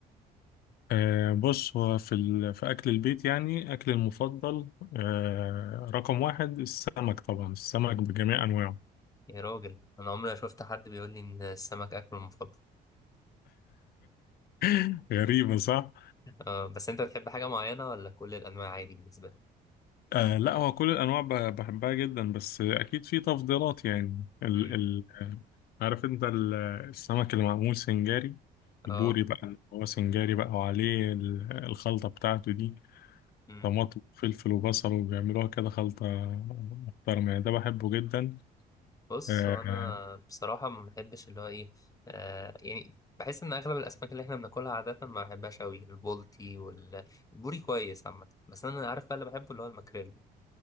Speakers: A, on the left; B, on the left.
A: آه بص هو في ال... في اكل البيت يعني اكل المفضل آه رقم واحد السمك طبعا السمك بجميع انواعه
B: يا راجل انا عمري ما شفت حد بيقول لي ان السمك اكله المفضل
A: <laughs> غريبة صح
B: آه بس انت بتحب حاجه معينه ولا كل الانواع عادي بالنسبه لك
A: آه لا هو كل الانواع ب- بحبها جدا بس اكيد في تفضيلات يعني ال
B: امم
A: ال آه، عارف انت ال- السمك اللي معمول سنجاري
B: اه
A: البوري بقى اللي هو سنجاري بقى وعليه ال- الخلطة بتاعته دي
B: امم
A: طماطم وفلفل وبصل وبيعملوها كده خلطة محترمة يعني ده بحبه جدا
B: بص
A: آه
B: انا بصراحه ما بحبش اللي هو ايه آه يعني بحس ان اغلب الاسماك اللي احنا بناكلها عاده ما بحبهاش قوي البولتي والبوري كويس عامه بس انا عارف بقى اللي بحبه اللي هو الماكريل